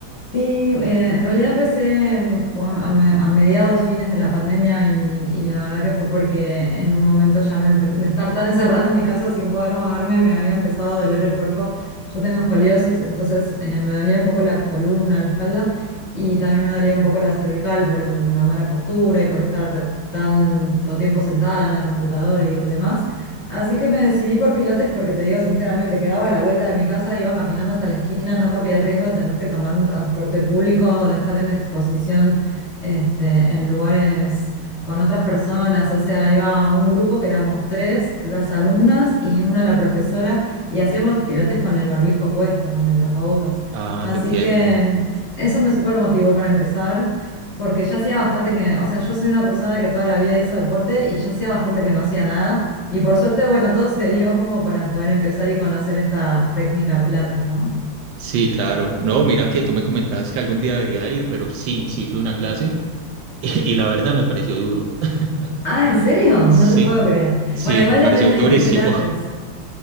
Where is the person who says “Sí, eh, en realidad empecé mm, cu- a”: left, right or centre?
Left